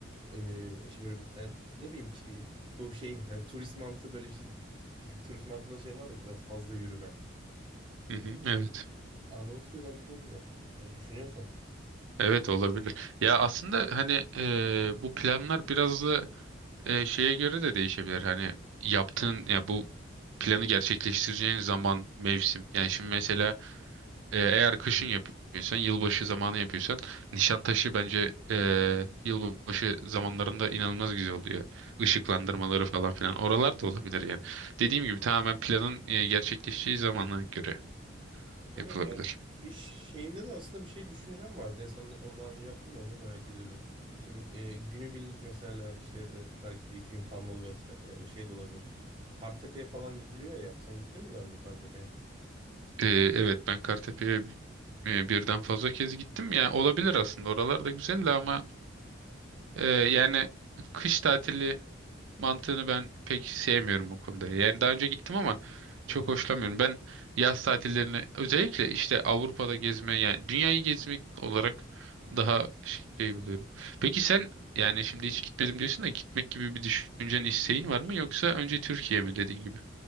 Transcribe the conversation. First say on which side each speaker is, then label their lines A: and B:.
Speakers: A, on the right; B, on the right.
A: Ee, şey böyle yani ne bileyim ki bir- bu şey yani turist mantığı böyle işte <laughs> turist mantığında şey var ya biraz fazla yürüme.
B: hı
A: Ee,
B: hı, evet.
A: Arnavutköy bence çok güzel. Yani düşünüyorsan.
B: Evet olabilir. Ya aslında hani e, bu planlar biraz da e, şeye göre de değişebilir. Hani yaptığın ya bu planı gerçekleştireceğin zaman, mevsim. Yani şimdi mesela e, eğer kışın yapıyorsan, yılbaşı zamanı yapıyorsan Nişantaşı bence e, yılbaşı zamanlarında inanılmaz güzel oluyor. Işıklandırmaları
A: Hı.
B: falan filan. Oralar da olabilir yani. Dediğim gibi tamamen planın e, gerçekleşeceği zamana göre
A: Aynen.
B: yapılabilir.
A: Yani kış şeyinde de aslında bir şey düşüncem vardı. Ya sen onu daha önce yaptın mı onu merak ediyordum. İşte bu e, günübirlik mesela işte ya da belki bir iki gün kalmalı vesaire e, şey de olabilir. Kartepe'ye falan gidiliyor ya. Sen gittin mi daha önce Kartepe'ye?
B: Ee, evet ben Kartepe'ye e, birden fazla kez gittim. Yani olabilir aslında oralar da güzeldi ama e, yani kış tatili mantığını ben pek sevmiyorum bu konuda. Yani daha önce gittim ama çok
A: <laughs>
B: hoşlanmıyorum. Ben yaz tatillerini özellikle işte Avrupa'da gezme yani dünyayı gezmek olarak daha şey buluyorum. Peki sen yani şimdi hiç gitmedim diyorsun da gitmek gibi bir düşüncen, isteğin var mı yoksa önce Türkiye mi dediğin gibi?